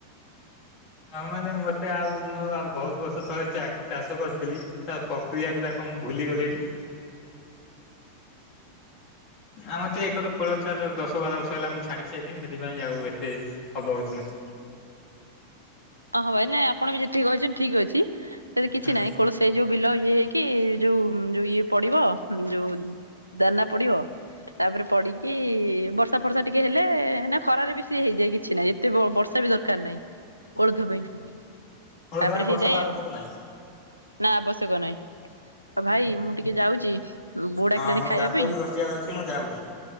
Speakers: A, on the left (about 30°); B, on the right (about 90°).
A: ହଁ ମାନେ ମତେ ଆଉ ମୁଁ ବହୁତ ବର୍ଷ ଥଳେ ଚାଷ କରିଥିଲି। ତା ପ୍ରକ୍ରିୟା କ ତା କଣ ଭୁଲି ଗଲିଣି ଆମର ଟିକେ ଏକ ତ କୋଳଛ ଦଶ ବାର ବର୍ଷ ହେଲା ମୁଁ ଛାଡି ସାରିନି ସେଥିପାଇଁ ଆଉ ଏତେ ଅବଗତ ନାହିଁ।
B: ଅ ହଁ ଭାଇ ନାଇଁ ଆପଣ ବି ଯେତିକି କହିଛନ୍ତି ଠିକ ଅଛି ସେଠି କିଛି
A: ହୁଁ
B: ନାହିଁ କୌଣସି। ସେଇ ଯୋଉ ବିଲ ଇଏ ହେଇକି ଯୋଉ ଯୋଉ ଇଏ ପଡିବ ଯୋଉ। ଦାନା ପଡିବ ତାପରେ ପଡି। କି ବର୍ଷା ଫର୍ଷା ଟିକେ ହେଲେ ନା ଖରାରେବି ସିଏ ହେଇଯାଏ କିଛି ନାହିଁ ଏତେ ବର୍ଷା ବି ଦରକାର ନାହିଁ। ଓଳଧ ପାଇଁ ତାପରେ
A: କୋଳଥ ପାଇଁ ବର୍ଷାର
B: ହେଇଯାଏ
A: ଆବଶ୍ୟକ
B: ଆଉ
A: ନାହିଁ।
B: ନା ଆବଶ୍ୟକ ନାହିଁ। ଆଉ ଭାଇ ମୁଁ ଟିକେ ଯାଉଛି ବୋଉ
A: ହଁ
B: ଡାକିଲାଣି
A: ମୋ
B: ଖାଇବା
A: ଦାନ୍ତ
B: ପାଇଁ।
A: ବି ଘଷିବାର ଅଛି ମୁଁ ଯାଉଛି।